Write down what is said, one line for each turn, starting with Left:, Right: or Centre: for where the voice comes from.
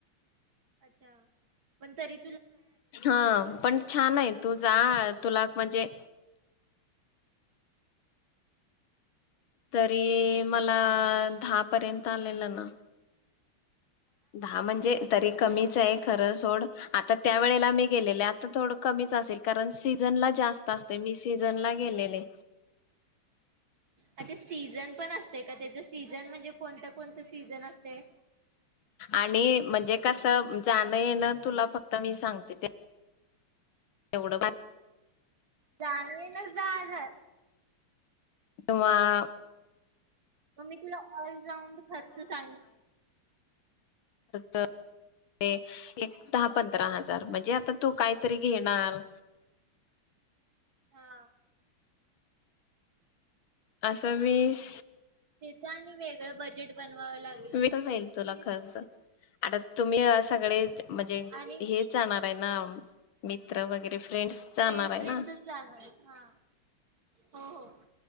Right: अच्छा म्हणंतरी
Left: हा पण छान आहे तू जा तुला म्हणजे तरी मला दहा पर्यंत आलेला ना. दहा म्हणजे तरी कमीच आहे खरं सोड आता त्या वेळेला मी गेलेले आता थोडं कमीच असेल कारण सीझनला जास्त असते, मी सीज जनला गेलेले.
Right: अच्छा सीझन पण असते का, त्याचा सीझन म्हणजे कोणता-कोणता सीझन असते?
Left: आणि म्हणजे कसं जाणं येणं तुला फक्त मी सांगते ते एवढं ब
Right: जाणी तिकडे जाज आहे.
Left: तुम्हा
Right: मग मी तुला ऑल राउण्ड खर्च सांग
Left: तर एक दहा-पंधरा
Right: हा
Left: हजार म्हणजे आता तू काहीतरी घेणार?
Right: हा
Left: असं वीस
Right: त्यानी वेगळं बजेट बनवाव लागेल
Left: वीस जाईल
Right: आणि स्पे
Left: तुला खर्च आता तुम्ही आ सगळे म्हणजे
Right: आणि
Left: हेच जाणार आहे ना मित्र वगैरे फ्रेंड्स जाणार
Right: फ्रेंड्स-फ्रेंड्सच
Left: आहे ना
Right: जाणार आहेत हा. हो हो